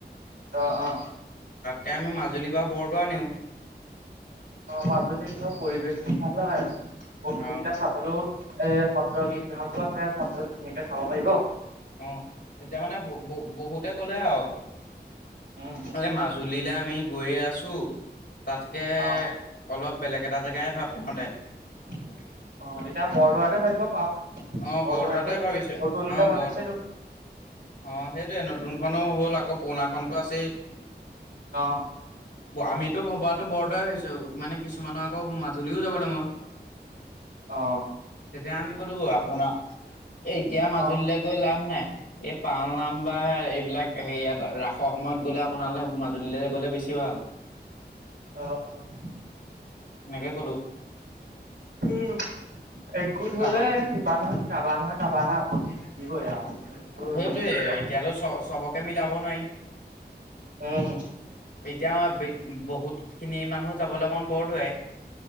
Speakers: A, on the right (about 85°); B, on the left (about 80°).
A: অ-অ
B: এই আমি মজুলী বা বৰদোৱা নিওঁ
A: অ' মাজুল য পৰিৱেশটো ভাল হয়। প্ৰতিযোগিতা
B: অ',
A: চাবলৈও এ সত্ৰ বিভাগো আছে চাবলৈ ধুনীয়াকে চাব পাৰিব।
B: অ' তেতিয়া মানে ব বহুতে কলে আৰু।
A: উম
B: মাজুলীলৈ আমি গৈয়ে আছো। তাতকে
A: অ
B: অলপ বেলেগ এটা জেগাই ভাব তহঁতে।
A: <unintelligible> অ' তেতিয়া বৰদোৱাাতটো ভাবিব পাও
B: অ',
A: বৰদোৱাটো
B: বৰদোৱাটোৱে
A: নতুনকে
B: ভাবিছো অ',
A: বনাইছে।
B: বৰদ অ' সেইটোৱে নতুনখনো হ'ল আকৌ পুৰণাখনতো আছেই।
A: অ
B: আমিতো ভবাাতো বৰদাই হৈছো মানে। কিছুমানৰ আকৌ মাজুলীও যাবলৈ মন।
A: অ
B: তেতিয়া আমি কলো আপোনাৰ এ এতিয়া মাজুলীলৈ
A: অ
B: গৈ লাভ নাই এই পাল নাম বা এইবিলাক হেয় ৰাসৰ সময়ত গ'লে আপোনালে মাজুলী লে বেছি ভাল।
A: অহ-অহ।
B: সেনেকে কলো।
A: উম, একগোট
B: তাৰপা
A: হলে কিবা নহয় কাবা নহয় কাৰবা এটা আপত্তি থাকিবই আৰু। সেইটো
B: সেইটোয়ে
A: নিশ্চিত
B: এতিয়ো চ চবকে মিলাব নোৱাৰি।
A: উম,
B: এতিয়া বহুত খিনি মানুহ। চাবলৈ মন বৰদোৱাই।